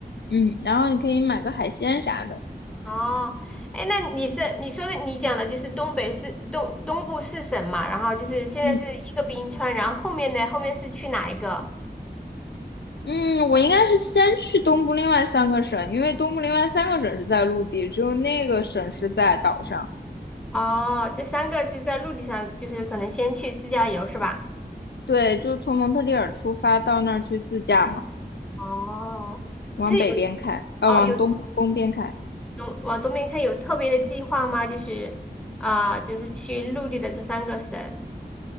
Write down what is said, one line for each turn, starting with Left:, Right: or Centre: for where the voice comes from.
Left: 嗯，然后你可以买个海鲜啥的。
Centre: 哦，哎，那你是你说的你讲的就是东北四东东部四省嘛，然后就是现在是一个冰川，
Left: 嗯
Centre: 然后后面呢，后面是去哪一个？
Left: 嗯，我应该是先去东部另外三个省，因为东部另外三个省是在陆地，只有那个省是在岛上。
Centre: 哦，这三个是在陆地上，就是可能先去自驾游是吧？
Left: 对，就从蒙特利尔出发到那儿去自驾嘛，
Centre: 哦，
Left: 往北边开，
Centre: 其实有
Left: 啊、
Centre: 哦有
Left: 往东东边开。
Centre: 东往东边看有特别的计划吗？就是啊、就是去陆地的这三个省，